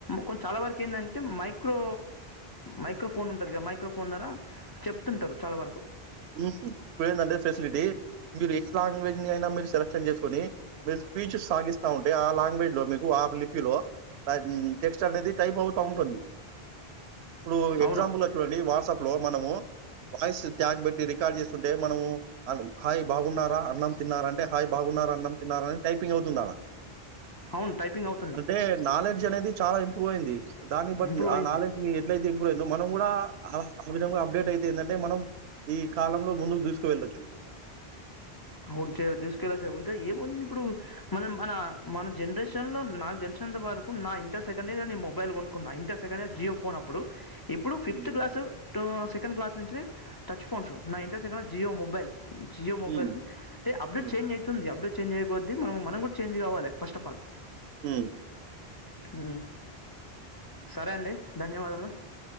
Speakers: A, on the left (about 35°); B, on the right (about 90°).
A: కొ చాలా వరకు ఏంటంటే మైక్రో మైక్రోఫోన్ ఉంటది కదా, మైక్రోఫోన్ ద్వారా చెప్తుంటారు చాలా వరకు
B: హు హు ఇప్పుడు ఏందంటే ఫెసిలిటీ మీరు ఏ లాంగ్వేజ్ ని అయినా మీరు సెలెక్షన్ చేసుకొని మీరు స్పీచ్ సాగిస్తా ఉంటే ఆ లాంగ్వేజ్ లో మీకు ఆ లిపిలో టెక్స్ట్ అనేది టైప్ అవుతా ఉంటుంది. ఇప్పుడు
A: అవును
B: ఎగ్జాంపుల్ లో చూడండి వాట్సాప్ లో మనము వాయిస్ ట్యాగ్ పెట్ రికార్డ్ చేస్తుంటే మనము హాయ్ బాగున్నారా, అన్నం తిన్నారా అంటే హాయ్ బాగున్నార, అన్నం తిన్నార అని టైపింగ్ అవుతుంది ఆడా.
A: అవును టైపింగ్ అవుతుంది
B: అంటే నాలెడ్జ్ అనేది చాలా ఇంప్రూవ్ అయింది, దాన్ని బట్టి
A: ఇంప్రూవ్
B: ఆ
A: అయింది
B: నాలెడ్జ్ ఎట్లయితే ఇంప్రూవ్ అయిందో మనం కూడా ఆ ఆ విధంగా అప్డేట్ అయితే ఏందంటే మనం ఈ కాలంలో ముందుకు దూసుకు వెళ్ళొచ్చు.
A: అవును చేయో దూసుకెళ్లోచ్చు ఇంకా ఏముంది ఇప్పుడు మనం మన మన జనరేషన్ లో నాకు తెలిసినంత వరకు నా ఇంటర్ సెకండ్ ఇయర్ నేను మొబైల్ కొనుక్కున్నా, inter second year Jio phone అప్పుడు ఇప్పుడు Fifth
B: హ్మ్.
A: class to sick send class నుంచి టచ్ ఫోన్స్ నా inter second Jio mobile Jio mobile
B: హ్మ్.
A: అంటే అప్పుడే
B: హ్మ్.
A: చేంజ్ అవుతుంది అప్డేట్ చేంజ్ చేంజ్ అయిపోతే మనం కూడా చేంజ్ కావాలి ఫస్ట్ ఆఫ్ ఆల్
B: ఉ
A: ఆ సరే అండి ధన్యవాదములు